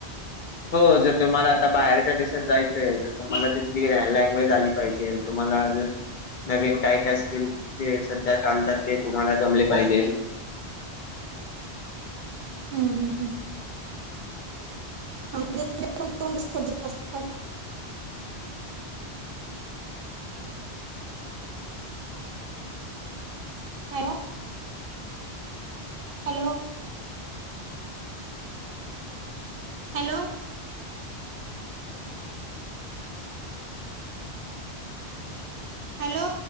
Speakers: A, on the left; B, on the right.
A: हो जर तुम्हाला आता बाहेरच्या देशात जायचंय तर तुम्हाला तिथली लँग्वेज आली पाहिजे तुम्हाला अजून नवीन काय काय स्किल्स जे सध्या चालतात ते तुम्हाला जमले पाहिजेल.
B: हम्म हम्म हम्म कोणते कोणते सब्जेक्ट असतात? हॅलो. Hello hello hello